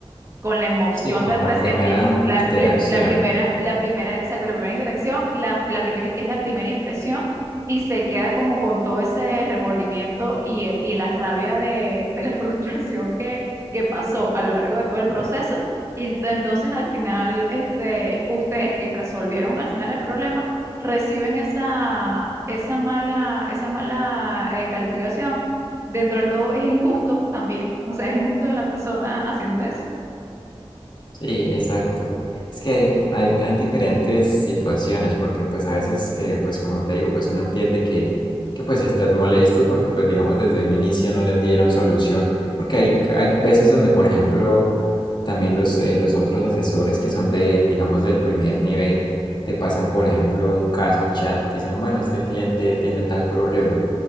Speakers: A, on the right (about 30°); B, on the left (about 45°).
A: con la emoción
B: Sí, con
A: del resentimiento,
B: la primera
A: la,
B: interacción.
A: la- la primera, la primera, exacto, la primera interacción, la, la primera, que es la primera impresión, y se queda como con todo ese remordimiento y, eh, y la rabia de, de la <laughs> frustración que, que pasó a lo largo de todo el proceso. Y ent- entonces al final, este, ustedes que resolvieron al final el problema, reciben esa, esa mala, esa mala eh, calificación. Dentro de todo es injusto también, o sea, es injusto de la persona haciendo eso.
B: Sí, exacto. Es que hay, hay diferentes situaciones, porque pues a veces, eh, pues como te digo, pues uno entiende que, que pues estén molestos porque pues digamos desde un inicio no les dieron solución, porque hay, hay veces donde, por ejemplo, también los, eh, los otros asesores que son de, digamos, del primer nivel, te pasan, por ejemplo, un caso, un chat y te dicen, bueno, este cliente tiene tal problema.